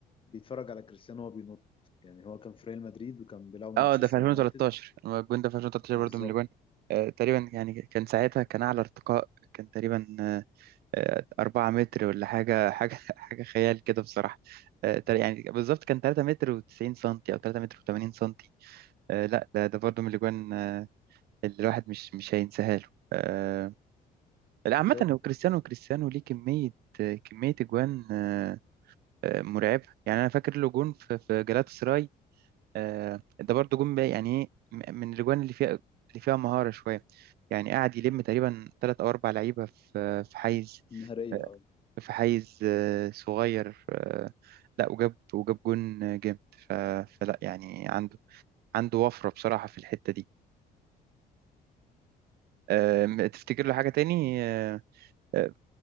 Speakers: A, on the left; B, on the right.
A: بيتفرج على كريستيانو وهو بينط يعني هو كان في ريال مدريد وكان بيلعب مانشستر
B: اه ده في 2013
A: يونايتد
B: هو الجون ده في 2013
A: بالظبط
B: برضو من الأجوان آه، تقريبا يعني كان ساعتها كان أعلى ارتقاء كان تقريبا آه، آه، 4 متر ولا حاجة حاجة <laughs> حاجة خيال كده بصراحة آه، تق- يعني بالظبط كان 3 متر و90 سنتي أو 3 متر و80 سنتي آه، لا ده ده برضو من الأجوان آه، اللي الواحد مش مش هينساها له آه، لا عامة
A: بالظبط
B: هو كريستيانو كريستيانو ليه كمية كمية أجوان آه، آه، مرعبة يعني أنا فاكر له جون في في جلاتا سراي آه، ده برضه جون بقى يعني إيه م- من الأجوان اللي فيها اللي فيها مهارة شوية يعني قاعد يلم تقريبا تلات أو أربع لعيبة في في حيز
A: نهارية
B: آه،
A: اه
B: في حيز آه، صغير آه، لا وجاب وجاب جون آه، جامد ف- فلا يعني عنده عنده وفرة بصراحة في الحتة دي آه، تفتكر له حاجة تاني آه، آه،